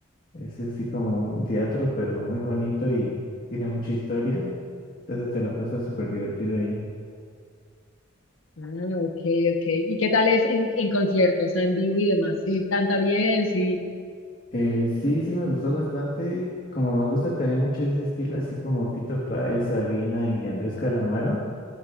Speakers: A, on the left; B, on the left.
A: Es así como un teatro, pero muy bonito y tiene mucha historia. Entonces te la pasas súper divertido ahí.
B: Ah, ok, ok. ¿Y qué tal es en, en conciertos, en vivo y demás? ¿Sí canta bien? Sí.
A: Eh, sí, sí me gustó bastante. Como me gusta también mucho ese estilo, así como Fito Páez, Sabina y Andrés Calamaro.